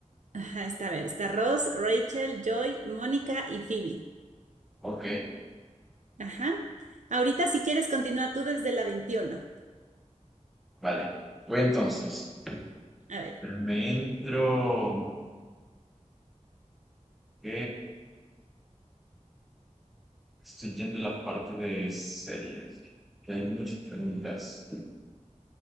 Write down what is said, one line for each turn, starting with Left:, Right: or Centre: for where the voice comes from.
Right: Ajá, está a ver, está Ross, Rachel, Joy, Mónica y Phoebe.
Centre: Ok,
Right: Ajá. Ahorita si quieres continúa tú desde la 21.
Centre: vale. Voy entonces.
Right: A ver.
Centre: Me entro. Ok, Estoy yendo a la parte de series. que Hay muchas preguntas.